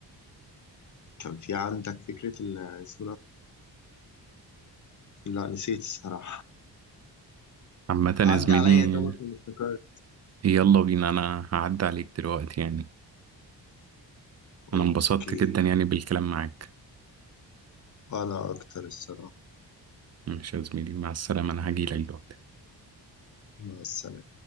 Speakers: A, on the left; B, on the right.
A: كان في عندك فكرة ال... اسمه ده؟ لا نسيت الصراحة
B: عامة يا
A: عدي
B: زميلي
A: عليا طبعا كنت افتكرت
B: يلا بينا انا هعدي عليك دلوقتي يعني
A: اوكي
B: انا انبسطت جدا يعني بالكلام معاك
A: انا اكتر الصراحة
B: ماشي يا زميلي مع السلامة انا هجيلك دلوقتي
A: مع السلامة